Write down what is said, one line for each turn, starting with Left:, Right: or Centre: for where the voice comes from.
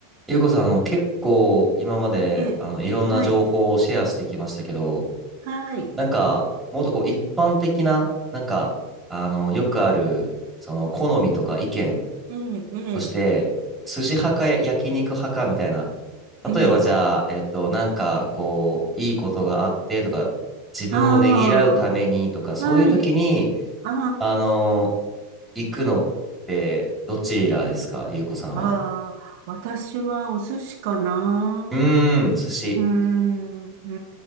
Centre: ゆうこさん、あの、結構今まで、
Right: ええ、
Centre: あの、いろんな情報をシェアしてきましたけど、
Right: はい、はい、
Centre: なんか、もっとこう、一般的な、なんか、あの、よくある、その、好みとか意見
Right: ええ、ええ、
Centre: として、筋派かや焼肉派かみたいな、
Right: ええ、
Centre: 例えばじゃあ、えっと、なんか、こう、いいことがあってとか、自分をねぎらうためにとか、
Right: あ
Centre: そういう時に、
Right: あ、はい、あ
Centre: あの、行くのって、どちらですか、ゆうこさんは。
Right: あ、ああ、私はお寿司かな。
Centre: うーん、寿司。
Right: うーん、うー